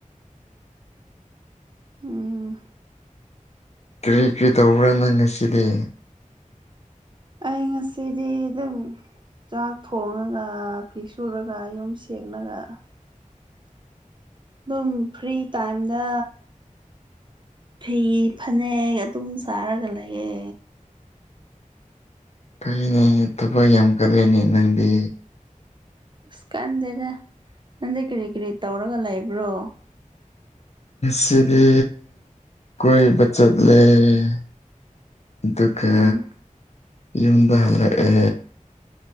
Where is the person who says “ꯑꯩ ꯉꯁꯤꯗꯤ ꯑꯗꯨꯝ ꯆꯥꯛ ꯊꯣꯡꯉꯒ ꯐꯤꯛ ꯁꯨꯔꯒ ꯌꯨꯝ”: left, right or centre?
Right